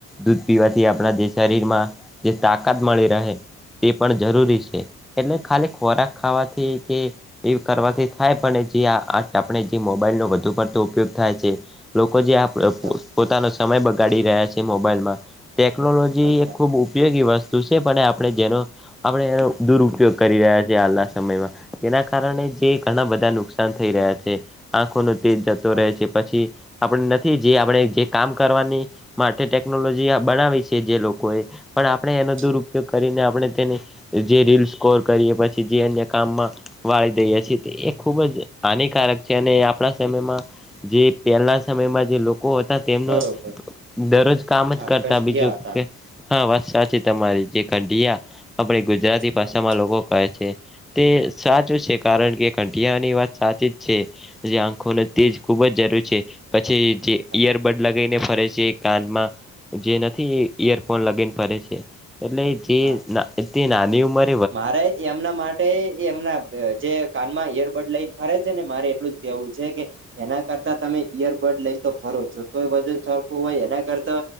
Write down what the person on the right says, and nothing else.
હા હા
હા
હા
હા
હા
બરોબર
હા
કંઢિયા
હતા
હા
હા
હા
હા
મારે એમના માટ તે એમના જે કાનમાં એરબડ લઈને ફરે છે ને મારે એટલું જ કેવું છે કે એના કરતા તમે ઈયરબડ લઈને તો ફરો જોતોય વજન સરખુ હોય એના કરતા